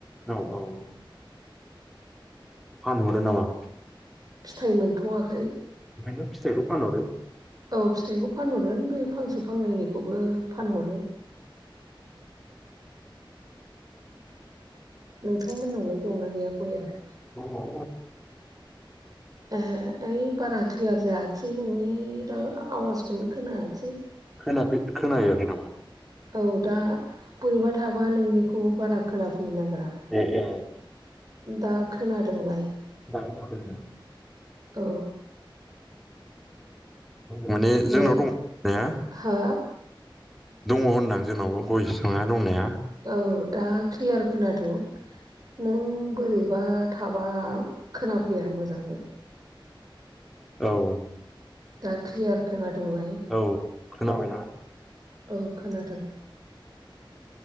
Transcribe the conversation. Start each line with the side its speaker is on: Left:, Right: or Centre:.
Centre: औ औ फानहरो नामा
Right: फिथाइ मोनथ'आखै
Centre: ओंखायनोथ' फिथाइखौ फानहरो
Right: औ फिथाइखौ फानहरगोन बे फांसे फांनैनिखौबो फानहरो नोंथांमोननावलाय दंना गैया गयलाय
Centre: दं
Right: ए ओइ बारा क्लियार जायाखसै नोंनि आवाजखौनो खोनायाखिसै
Centre: खोनाफै-खोनाहैआखै नामा
Right: औ दा बोरैबा थाबा नोंनिखौ बारा खोनाफै नागिरा
Centre: ए ए
Right: दा खोनादोंलाय
Centre: दाबो लाबोदों
Right: औ
Centre: माने जोंनाव
Right: नै
Centre: दं दंनाया
Right: हा
Centre: दङ होनदां जोंनावबो गय फिङा दंनाया
Right: औ दा क्लियार खोनादों नों बोरैबा थाबा खोनाफैया मोजाङै
Centre: औ
Right: दा क्लियार खोनादोंलाय
Centre: औ खोनादों ना?
Right: औ खोनादों